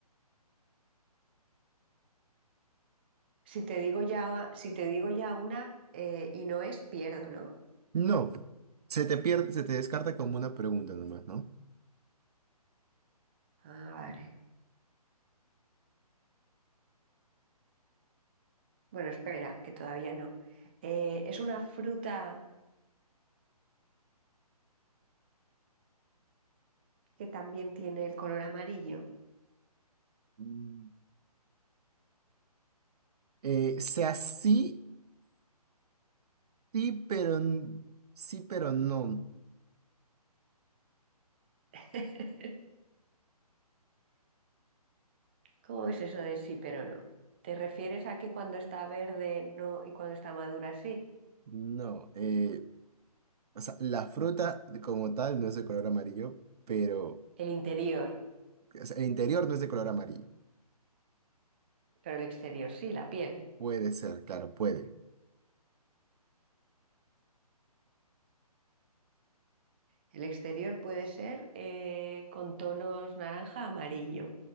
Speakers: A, on the right; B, on the right.
A: Si te digo ya, si te digo ya una eh, y no es, pierdo, ¿no?
B: No, se te pierde, se te descarta como una pregunta nomás, ¿no?
A: Ah, vale. Bueno, espera, que todavía no. Eh, es una fruta que también tiene el color amarillo.
B: Mm, Eh, sea sí, sí, pero n- sí, pero no.
A: <laughs> ¿Cómo es eso de sí pero no? ¿Te refieres a que cuando está verde no y cuando está madura sí?
B: No. eh, o sea, la fruta como tal no es de color amarillo, pero
A: El interior,
B: o sea, el interior no es de color amarillo.
A: pero el exterior sí, la piel.
B: Puede ser, claro, puede.
A: El exterior puede ser eh, con tonos naranja amarillo.